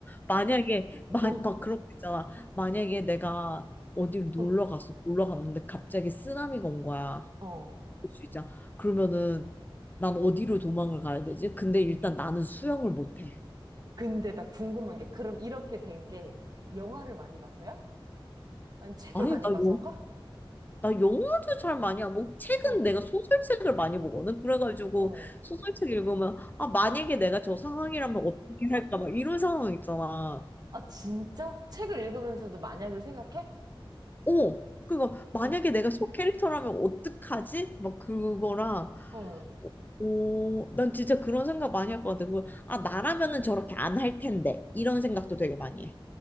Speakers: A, on the left; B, on the right.
A: 만약에 마,
B: 어,
A: 막 그런 거 있잖아. 만약에 내가 어디를 놀러
B: 어,
A: 갔어. 놀러 갔는데 갑자기 쓰나미가 온 거야.
B: 어.
A: 수 있잖아. 그러면은 난 어디로 도망을 가야 되지? 근데 일단 나는 수영을 못해.
B: 근데 나 궁금한 게, 그럼 이렇게 된 게, 영화를 많이 봐서야? 아니, 책을
A: 아니
B: 많이
A: 나
B: 봐서인가?
A: 영, 나 영화도 잘 많이 안 보고 책은
B: 어,
A: 내가 소설책을 많이 보거든. 그래가지고
B: 어.
A: 소설책 읽으면 아 만약에 내가 저 상황이라면 어떻게 할까 막 이런 상황 있잖아.
B: 아, 진짜? 책을 읽으면서도 만약을 생각해?
A: 어 그거 만약에
B: 어,
A: 내가 저 캐릭터라면 어떡하지? 막 그거랑
B: 어.
A: 오, 난 진짜 그런 생각 많이 할 것 같아. 그리고, 아, 나라면은 저렇게 안 할 텐데. 이런 생각도 되게 많이 해.